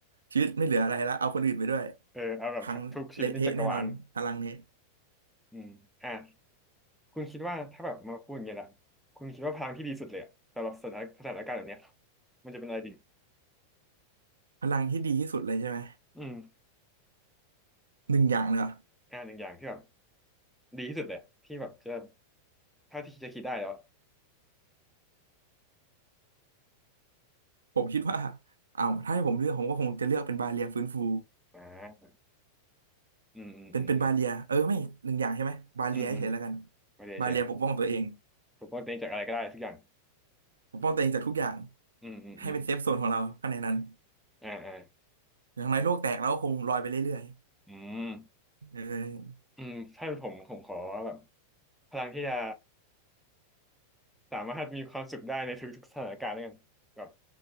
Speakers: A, on the right; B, in the centre.
A: ชีวิตไม่เหลืออะไรแล้วเอาคนอื่นไปด้วย
B: เออเอาแบบทุกชีวิตในจักรวาล
A: พังเละเทะแน่นอนพลังนี้
B: อืมอ่ะคุณคิดว่าถ้าแบบมาพูดอย่างเงี้ยละคุณคิดว่าพลังที่ดีสุดเลยอะสำหรับสถานสถานการณ์แบบเนี้ยมันจะเป็นอะไรดี
A: พลังที่ดีที่สุดเลยใช่ไหม
B: อืม
A: หนึ่งอย่างเลยเหรอ
B: อ่ะหนึ่งอย่างที่แบบดีที่สุดเลยอะที่แบบจะเท่าที่จะคิดได้แล้วอะ
A: ผมคิดว่าเอาถ้าให้ผมเลือกผมก็คงจะเลือกเป็นบาเลียฟื้นฟู
B: อ่าอืมอืมอืมอืม
A: เป็นเป็นบาเลียเออไม่หนึ่งอย่างใช่ไหมบาเลียเฉยๆแล้วกัน
B: อืมอืมไม่ได้เชียร์
A: บาเลียปกป้องตัวเอง
B: ผมก็เต็งจากอะไรก็ได้สักอย่าง
A: ปกป้องตัวเองจากทุกอย่าง
B: อืมอืมอืม
A: ให้เป็นเซฟโซนของเราข้างในนั้น
B: อ่าอ่า
A: อย่างไรโลกแตกเราก็คงลอยไปเรื่อย
B: อืม
A: ๆเออ
B: อืมถ้าเป็นผมผมขอแบบพลังที่จะสามารถมีความสุขได้ในทุกๆสถานการณ์แล้วกันแบบ